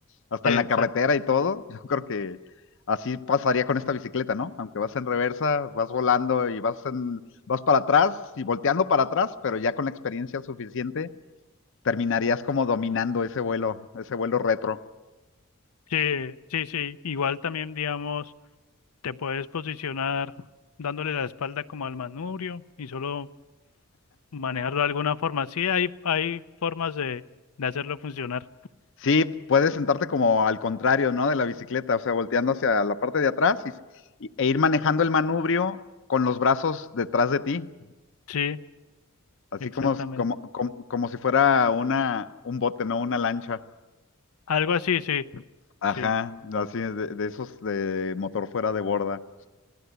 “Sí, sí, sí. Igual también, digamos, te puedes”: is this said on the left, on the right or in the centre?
Left